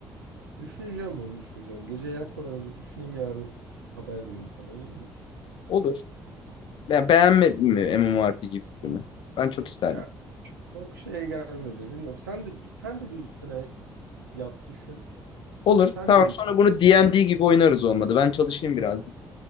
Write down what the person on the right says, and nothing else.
Düşüneceğim bunu düşüneceğim. Gece yatmadan önce düşüneyim yarın haber vereyim sana olur mu?
Ya Çok şeye gelmedi. Bilmiyorum. Sen de sen de bir üstüne yat düşün.
Sen
de bir